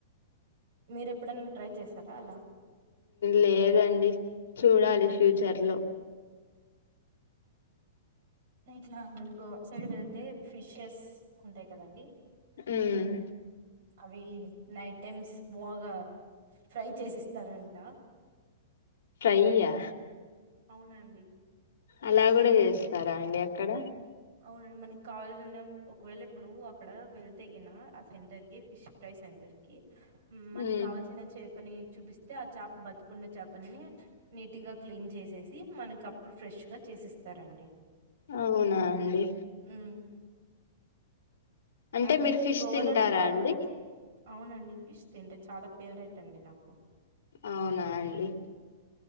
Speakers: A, on the right; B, on the left.
A: మీరు ఎప్పుడైనా ట్రై చేశారా అలా
B: లేదండి చూడాలి ఫ్యూచర్ లో
A: ఇట్లా గోవా సైడ్ వెళ్తే ఫిషెస్ ఉంటాయి కదండి
B: మ్మ్
A: అవి నైట్ టైమ్స్ బాగా ఫ్రై చేసిస్తారంట
B: ట్రై ఆ
A: అవునండి
B: అలా కూడా చేస్తారా అండి అక్కడ
A: అవునండి మనకి కావాలిన ఒకవేళ ఇప్పుడు అక్కడ వెళ్తేగిన ఆ సెంటర్ కి ఫిష్ ఫ్రై సెంటర్ కి మనకి
B: ఉమ్
A: కావల్సిన చే చపని చూపిస్తే ఆ చేప బతుకుండ చేపని నీట్గా క్లీన్ చేసేసి మనకి అప్పుడు ఫ్రెష్గా చేసిస్తారండి
B: అవు అవునా అండి
A: ఉమ్ అలాంటిది
B: అంటే మీరు ఫిష్
A: గోవాలనే
B: తింటారా
A: కాదు
B: అండి
A: అవునండి ఫిష్ తింటే చాలా ఫేవరెట్ అండి నాకు
B: అవునా అండి